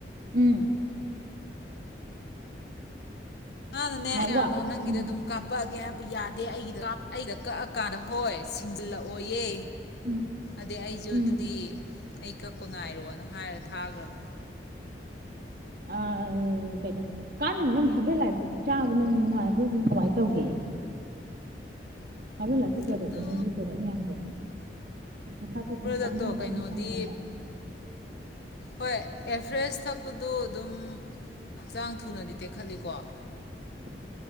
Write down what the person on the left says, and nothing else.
ꯃꯅꯅꯦ
ꯀꯌꯥꯅꯣ
ꯅꯪꯒꯤꯗꯤ
ꯑꯗꯨꯝ ꯀꯥꯞꯄꯛꯑꯒꯦ ꯍꯥꯏꯕ ꯌꯥꯗꯦ ꯑꯩꯒꯤꯗ ꯀꯥꯞꯄ ꯑꯩꯗ ꯀꯛꯑ ꯀꯥꯟꯗ ꯍꯣꯏ ꯁꯤꯡꯒꯜꯂꯛꯑꯣꯌꯦ
ꯑꯗꯨ ꯑꯩꯁꯨ
ꯑꯗꯨꯗꯤ ꯑꯩ ꯀꯛꯄ ꯉꯥꯏꯔꯣꯅ ꯍꯥꯏꯔ ꯊꯥꯈ꯭ꯔꯕꯅꯤ
ꯑꯗꯨ
ꯄ꯭ꯔꯗꯛꯇꯣ
ꯀꯩꯅꯣꯗꯤ
ꯍꯣꯏ ꯑꯦꯐ꯭ꯔꯦꯁ ꯊꯛꯄꯗꯣ ꯑꯗꯨꯝ ꯍꯛꯆꯥꯡ ꯊꯨꯅꯗꯤ ꯇꯦꯛꯈꯠꯂꯤꯀꯣ